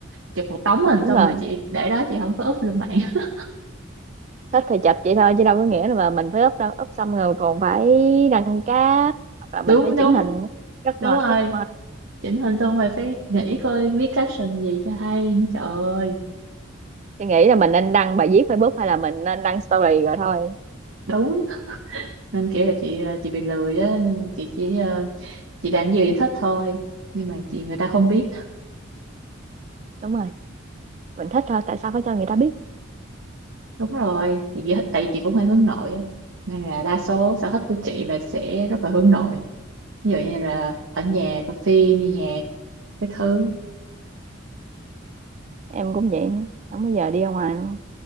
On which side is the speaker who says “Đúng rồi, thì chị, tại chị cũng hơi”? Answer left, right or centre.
Right